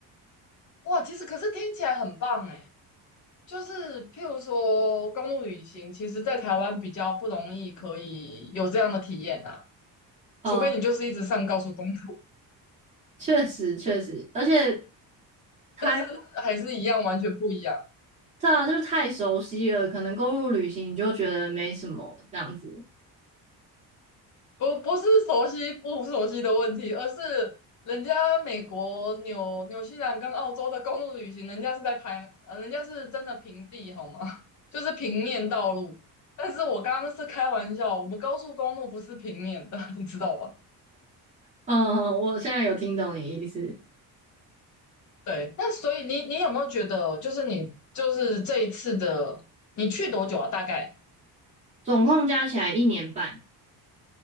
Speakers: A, on the left; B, on the right.
A: 哇，其实可是听起来很棒诶，就是譬如说公路旅行，其实在台湾比较不容易可以有这样的体验啊。
B: <laughs> 哦、
A: 除非你就是一直上高速公路，
B: 确实确实，而且台，
A: 但是还是一样，完全不一样。
B: 对啊，就是太熟悉了，可能公路旅行你就觉得没什么这样子。
A: 不不是熟悉不熟悉的问题，而是人家美国、纽纽西兰跟澳洲的公路旅行，人家是在拍，呃，人家是真的平地，好吗？<laughs> 就是平面道路。但是我刚刚是开玩笑，我们高速公路不是平面的，<laughs> 你知道吧？
B: 嗯，我现在有听懂你意思，
A: 对，那所以你你有没有觉得，就是你就是这一次的，你去多久啊？大概
B: 总共加起来一年半。